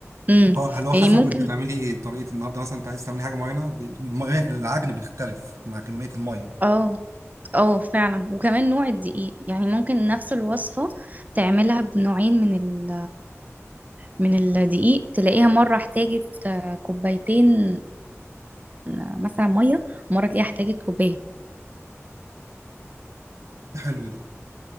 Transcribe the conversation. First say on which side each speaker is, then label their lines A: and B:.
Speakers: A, on the right; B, on the right.
A: امم
B: اه اللي هو
A: يعني
B: حسب
A: ممكن
B: انت تعملي ايه طريقه النهارده مثلا انت عايز تعملي حاجه معينه بي- المية- العجن بيختلف مع كميه الميه
A: اه اه فعلا وكمان نوع الدقيق يعني ممكن نفس الوصفة تعملها بنوعين من ال... من الدقيق تلاقيها مرة احتاجت آه، كوبايتين آه، مثلا مية ومرة تلاقيها احتاجت كوباية
B: حلو ده